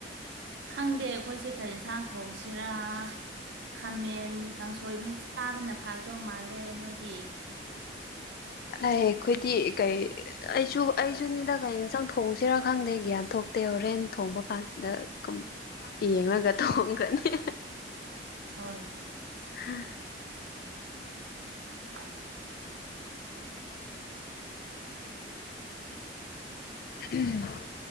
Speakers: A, on the right; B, on the left.
A: ꯈꯪꯗꯦ ꯑꯩꯈꯣꯏꯁꯦ ꯀꯩ ꯌꯦꯟꯁꯥꯡ ꯊꯣꯡꯁꯤꯔꯥ ꯈꯥꯃꯦꯟ ꯀꯥꯡꯁꯣꯏ ꯑꯃꯨꯛ ꯆꯥꯕꯅ ꯐꯥꯒꯗꯧ ꯃꯥꯜꯂꯦ ꯅꯣꯏꯗꯤ
B: ꯂꯥꯛꯑꯦ ꯑꯩꯈꯣꯏꯗꯤ ꯀꯩ ꯑꯩꯁꯨ ꯑꯩꯁꯨꯅꯤꯗ ꯀꯩ ꯌꯦꯟꯁꯥꯡ ꯊꯣꯡꯁꯤꯔꯥ ꯈꯪꯗꯦ ꯒ꯭ꯌꯥꯟ ꯊꯣꯛꯇꯦ ꯍꯣꯔꯦꯟ ꯊꯣꯡꯕ ꯀꯥꯟꯗ ꯀꯝ ꯌꯦꯡꯂꯒ ꯊꯣꯡꯈ꯭ꯔꯅꯤ
A: ꯍꯣꯏ
B: ꯍ
A: <inaudible>
B: ꯎꯝ